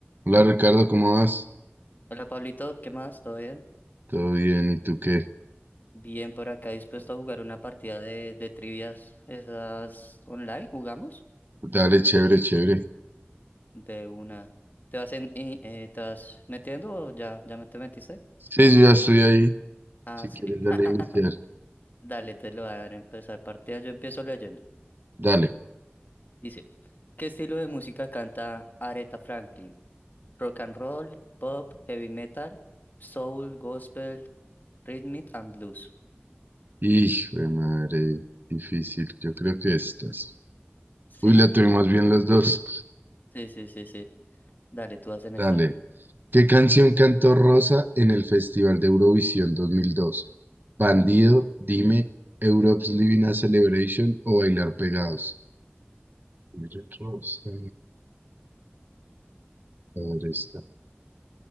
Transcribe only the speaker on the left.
Hola Pablito, ¿qué más? ¿Todo bien?
Bien por acá, dispuesto a jugar una partida de, de trivias. ¿Esas online? ¿Jugamos?
De una. ¿Te vas, en, y, eh, te vas metiendo o ya, ya me te metiste?
Ah,
sí.
<laughs>
Dale, te lo voy a dar a empezar partida. Yo empiezo leyendo.
Dice, ¿qué estilo de música canta Aretha Franklin? Rock and roll, pop, heavy metal, soul, gospel, rhythm and blues.
Sí,
sí, sí, sí, sí. Dale, tú hacen
esta.